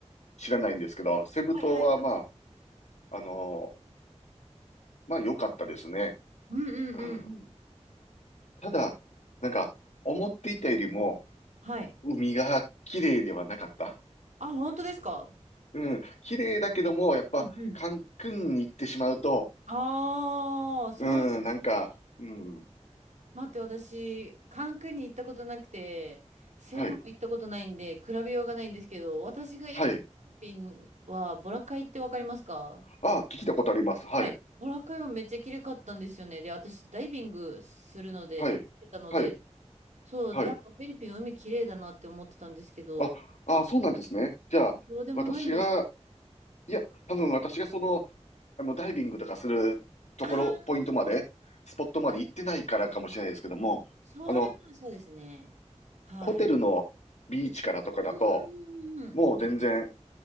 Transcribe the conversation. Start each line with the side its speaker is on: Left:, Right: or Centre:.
Left: 知らないんですけど、セブ島はまあ、
Right: はいはいはい。
Left: あの、まあ良かったですね。
Right: うんうんうんうん。
Left: うん。ただ、なんか、思っていたよりも、
Right: はい。
Left: 海が綺麗ではなかった。
Right: あ、本当ですか
Left: うん。綺麗だけども、やっぱ、
Right: うんうん。
Left: カンクンに行ってしまうと、
Right: ああ、そうなんですね。
Left: うん、なんか、うん。
Right: 待って、私、カンクンに行ったことなくて、セブンも行ったことないんで、
Left: はい。
Right: 比べようがないんですけど、私が行ったフィリピンは、
Left: はい。
Right: ボラカイってわかりますか
Left: あ、聞いたことあります。はい。
Right: はい。ボラカイはめっちゃ綺麗かったんですよね。で、私、ダイビングするので、
Left: はい。
Right: って言ってたので、
Left: はい。
Right: そうで、
Left: はい。
Right: やっぱフィリピン海綺麗だなって思ってたんですけど、
Left: あ、あ、そうなんですね。じゃあ、
Right: でもそうでもないんです。
Left: 私が、いや、多分私がその、あの、ダイビングとかするところ、
Right: あー、
Left: ポイントまで、スポットまで行ってないからかもしれないですけども、
Right: はい。それもそうですね。
Left: あの、
Right: はい。
Left: ホテルのビーチからとかだと、
Right: うーん。
Left: もう全然、